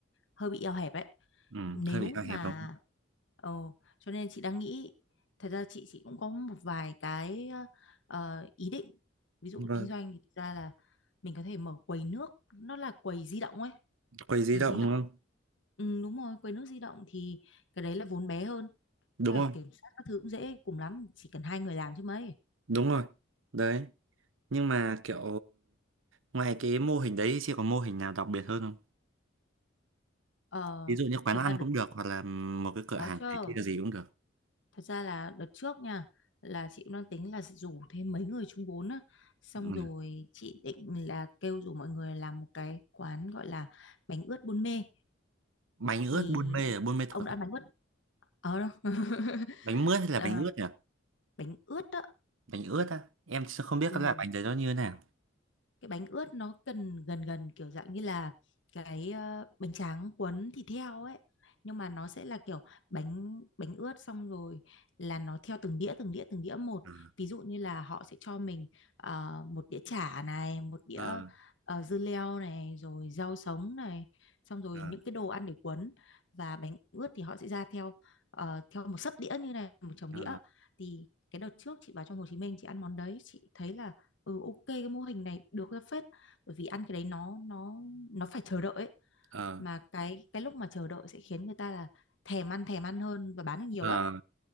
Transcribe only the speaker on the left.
hơi bị eo hẹp ấy.
Nếu
mà
ờ cho nên chị đang nghĩ thật ra chị chị cũng có một vài cái ờ, ý định. Ví dụ
kinh doanh thì thật ra là mình có thể mở quầy nước, nó là quầy di động ấy
quầy
di
động
ừ, đúng rồi quầy nước di động thì cái đấy là vốn bé hơn
với cả
kiểm soát các thứ cũng dễ cùng lắm chỉ cần hai người làm chứ mấy
ờ,
thật
ra đợt
đó
chưa,
thật ra là đợt trước nha là chị cũng đang tính là sẽ rủ thêm mấy người chung vốn á xong
rồi chị định là kêu rủ mọi người làm một cái quán gọi là bánh ướt Buôn Mê
thì
ông đã
ăn bánh ướt ờ, <laughs>
Ờ,
bánh ướt đó
ừ.
cái bánh ướt nó cần gần gần kiểu dạng như là cái ờ, bánh tráng cuốn thịt heo ấy nhưng mà nó sẽ là kiểu bánh bánh ướt xong rồi là nó theo từng đĩa từng đĩa từng đĩa một
ví dụ như là họ sẽ cho mình ờ, một đĩa chả này một đĩa
ờ, dưa leo này rồi rau sống này xong rồi
những cái đồ ăn để cuốn và bánh ướt thì họ sẽ ra theo ờ, theo một sấp đĩa như này một chồng
đĩa thì cái đợt trước chị vào trong Hồ Chí Minh chị ăn món đấy chị thấy là ừ ok cái mô hình này được ra phết bởi vì ăn cái đấy nó nó nó phải chờ đợi ấy.
mà cái cái lúc mà chờ đợi sẽ khiến người ta là thèm ăn thèm ăn hơn và bán được nhiều
lắm